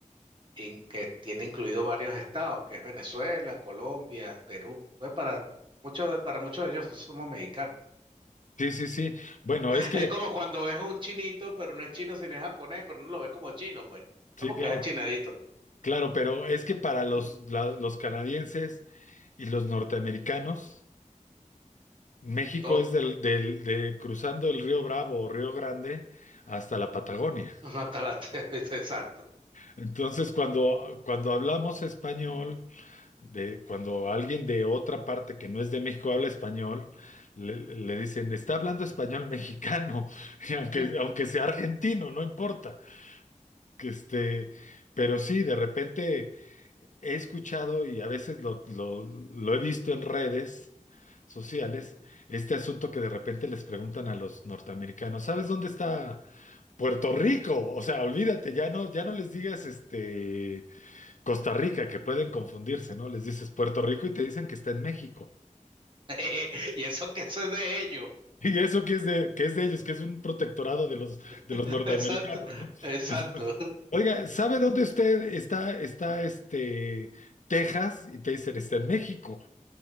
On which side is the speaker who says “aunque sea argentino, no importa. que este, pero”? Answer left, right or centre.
Left